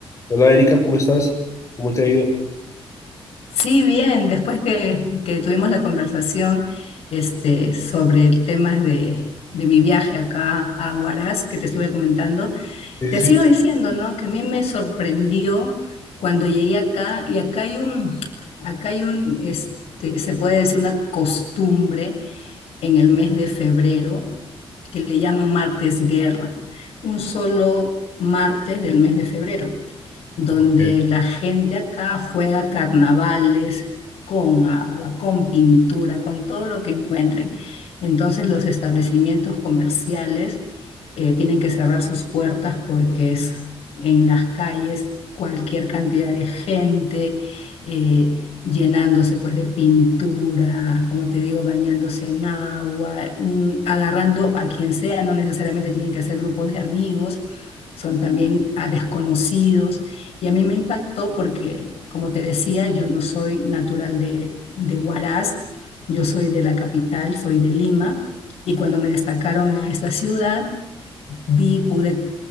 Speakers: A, on the left; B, on the left.
A: Hola Erika, ¿cómo estás? ¿Cómo te ha ido?
B: Sí, bien, después que, que tuvimos la conversación este, sobre el tema de, de mi viaje acá a Huaraz, que te estuve comentando,
A: Sí,
B: te
A: sí,
B: sigo
A: sí.
B: diciendo, ¿no? Que a mí me sorprendió cuando llegué acá, y acá hay un, acá hay un, este, se puede decir una costumbre en el mes de febrero, que le llaman martes guerra, un solo martes del mes de febrero donde
A: Ok.
B: la gente acá juega carnavales con agua, con pintura, con todo lo que encuentren. Entonces los establecimientos comerciales eh, tienen que cerrar sus puertas porque es en las calles cualquier cantidad de gente eh, llenándose pues de pintura, como te digo, bañándose en agua, mm, agarrando a quien sea, no necesariamente tienen que ser grupos de amigos, son también a desconocidos. Y a mí me impactó porque, como te decía, yo no soy natural de, de Huaraz, yo soy de la capital, soy de Lima, y cuando me destacaron a esta ciudad, vi, pude